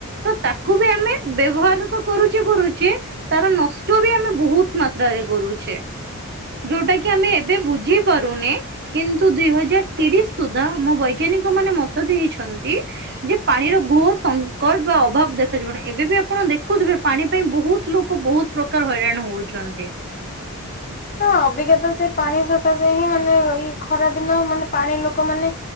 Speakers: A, on the right; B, on the left.
A: ତ ତାକୁ ବି ଆମେ ବ୍ୟବହାର ତ କରୁ କରୁଛେ ତାର ନଷ୍ଟ ବି ଆମେ ବହୁତ ମାତ୍ରାରେ କରୁଛେ। ଯୋଉଟା କି ଆମେ ଏବେ ବୁଝି ପାରୁନେ କିନ୍ତୁ ଦୁଇ ହଜାର ତିରିଶ ସୁଦ୍ଧା ଆମ ବୈଜ୍ଞାନିକ ମାନେ ମତ ଦେଇଛନ୍ତି ଯେ ପାଣିର ଘୋର ସଂକଟ ବା ଅଭାବ ଦେଖାଯିବନ ଏବେ ବି ଆପଣ ଦେଖୁଥିବେ ପାଣି ପାଇଁ ବହୁତ ଲୋକ ବହୁତ ପ୍ରକାର ହଇରାଣ ହଉଛନ୍ତି।
B: ହଁ ଅବିକାତ ସେ ପାଣି ସକାଶା ହିଁ ମାନେ ଏଇ ଖରା ଦିନ ମାନେ ପାଣି ଲୋକମାନୋନେ